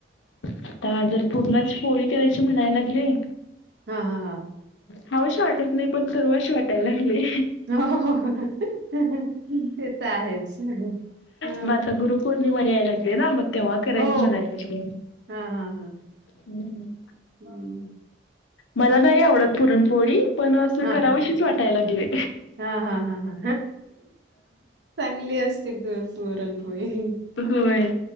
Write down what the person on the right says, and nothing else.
हा, हा, हा,
हो,, ते, तर आहेच. ह
हो
हा हा हा
<inaudible>
हा
हा
हा हा हा हा चांगली असते पुरणपोळी,